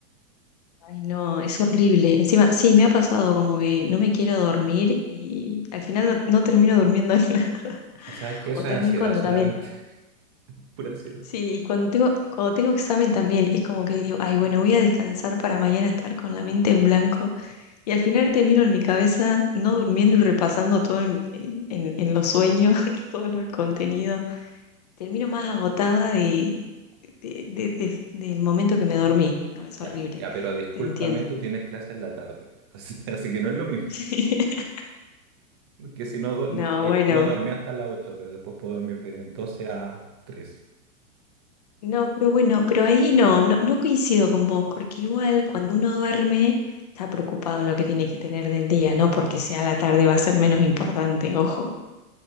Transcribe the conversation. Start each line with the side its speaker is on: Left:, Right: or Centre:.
Left: Ay, no, es horrible. Encima, sí, me ha pasado como que no me quiero dormir y al final no, no termino durmiendo <laughs> nada.
Right: Y sabes que eso
Left: O también
Right: es ansiedad
Left: cuando
Right: solamente.
Left: también
Right: <laughs> Pura ansiedad.
Left: Sí, y cuando tengo, cuando tengo examen también es como que digo, ay, bueno, voy a descansar para mañana estar con la mente en blanco. Y al final termino en mi cabeza no durmiendo y repasando todo en, en- en- en los sueños, <laughs> todo lo- el contenido. Termino más agotada de, de- de- de- del momento que me dormí. No, es
Right: Ya,
Left: horrible,
Right: ya, pero discúlpame,
Left: te entiendo.
Right: tú tienes clase en la tarde. <laughs> O sea, así que no es lo mismo.
Left: <laughs>
Right: Porque si no, do-
Left: No,
Right: no, eh,
Left: bueno.
Right: no dormí hasta las 8, pero después puedo dormir de doce a tres.
Left: No, pero bueno, pero ahí no, no, no coincido con vos, porque igual cuando uno duerme está preocupado en lo que tiene que tener del día, no porque sea la tarde va a ser menos importante, ojo.